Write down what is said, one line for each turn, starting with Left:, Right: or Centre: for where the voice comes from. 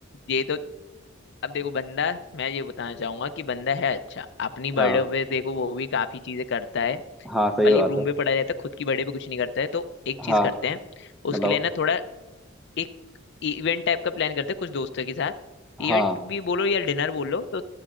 Left: ये तो अब देखो बंदा मैं ये बताना चाहूंगा कि बंदा है अच्छा अपनी बर्थडे
Centre: हाँ
Left: पे देखो वो भी काफी चीजें करता है
Centre: हाँ सही
Left: भले
Centre: बात
Left: रूम
Centre: है
Left: पे पड़ा रहता है खुद की बर्थडे पे कुछ नहीं करता है तो एक चीज
Centre: हाँ
Left: करते हैं
Centre: बताओ
Left: उसके लिए ना थोड़ा एक इवेंट टाइप का प्लान करते हैं कुछ दोस्तों के साथ
Centre: हाँ
Left: इवेंट भी बोलो या डिनर बोलो तो